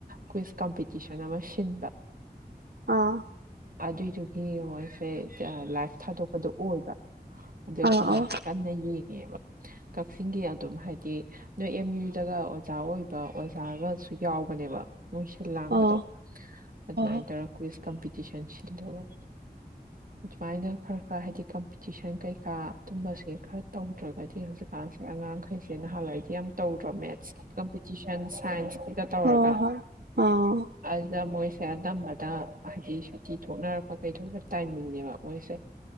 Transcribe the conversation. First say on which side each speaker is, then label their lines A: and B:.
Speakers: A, on the right; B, on the right.
A: ꯀꯨꯏꯁ ꯀꯝꯄꯤꯇꯤꯁꯟ ꯑꯃ ꯁꯤꯟꯕ
B: ꯑꯥ
A: ꯑꯗꯨꯏꯗꯨꯒꯤ ꯃꯣꯏꯁꯦ ꯂꯥꯏꯐ ꯊꯥꯗꯣꯛꯄꯗꯣ ꯑꯣꯏꯕ ꯑꯗꯨ
B: ꯑꯥ
A: ꯑꯩꯈꯣꯏ ꯃꯥꯁꯦ ꯀꯟꯅ ꯌꯦꯡꯉꯦꯕ ꯀꯛꯆꯤꯡꯒꯤ ꯑꯗꯨꯝ ꯍꯥꯏꯗꯤ ꯅꯣꯏ ꯑꯦꯝ ꯌꯨꯗꯒ ꯑꯣꯖꯥ ꯑꯣꯏꯕ ꯑꯣꯖꯥꯒꯁꯨ ꯌꯥꯎꯕꯅꯦꯕ ꯃꯣꯏꯁꯤ ꯂꯥꯡꯕꯗꯣ
B: ꯑꯥ ꯑꯥ
A: ꯑꯗꯨꯃꯥꯏꯅ
B: ꯍꯣꯏ
A: ꯇꯧꯔꯒ ꯀꯨꯏꯁ ꯀꯝꯄꯤꯇꯤꯁꯟ ꯁꯤꯜꯂꯦꯕ ꯑꯗꯨꯃꯥꯏꯅ ꯈꯔ ꯈꯔ ꯍꯥꯏꯗꯤ ꯀꯝꯄꯤꯇꯤꯁꯟ ꯀꯩꯀꯥ ꯑꯗꯨꯝꯕꯁꯦ ꯈꯔ ꯇꯧꯗ꯭ꯔꯒꯗꯤ ꯍꯧꯖꯤꯛꯀꯥꯟ ꯑꯉꯥꯡꯈꯩꯁꯦ ꯅꯍꯥꯟꯋꯥꯏꯗꯤ ꯌꯥꯝ ꯇꯧꯗ꯭ꯔꯣ ꯃꯦꯠꯁꯀꯤ ꯀꯝꯄꯤꯇꯤꯁꯟ ꯁꯥꯏꯟꯁꯀꯤꯒ ꯇꯧꯔꯒ
B: ꯍꯣꯏ ꯍꯣꯏ ꯑꯥ
A: ꯑꯜꯗ ꯃꯣꯍꯤ ꯁꯦ ꯅꯝꯕꯗ ꯍꯥꯏꯗꯤ ꯁꯨꯇꯤ ꯊꯣꯛꯅꯔꯛꯄ ꯀꯩꯗꯧꯕ ꯇꯥꯏꯃꯤꯡꯅꯦꯕ ꯃꯣꯏꯁꯦ